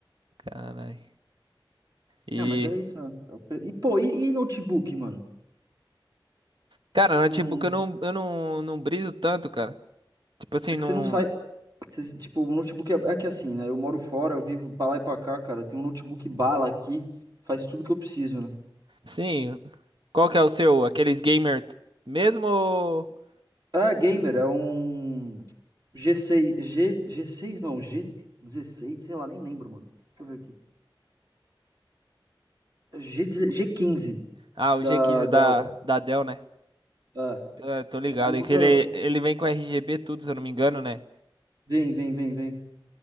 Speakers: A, on the right; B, on the right.
A: Caralho. E.
B: Ah, mas é isso, né? É o pre- E, pô, e, e notebook, mano?
A: Cara,
B: Você
A: notebook
B: não...
A: eu não, eu não, não briso tanto, cara. Tipo assim,
B: É que
A: não.
B: você não sai... você- tipo, o notebook é, é que assim, né? Eu moro fora, eu vivo pra lá e pra cá, cara. Eu tenho um notebook bala aqui. Faz tudo que eu preciso, né?
A: Sim. Qual que é o seu? Aqueles gamer mesmo ou.
B: É, gamer, é um... G6... G... seis g g 6 não, g dezesseis sei lá, nem lembro, mano. Deixa eu ver aqui. G, G15
A: Ah, o
B: da
A: G15
B: Dell.
A: da, da Dell, né?
B: É,
A: Eu tô ligado.
B: é bom
A: É
B: pra
A: que
B: caramba,
A: ele,
B: né?
A: ele vem com RGB tudo, se eu não me engano, né?
B: Vem, vem, vem, vem.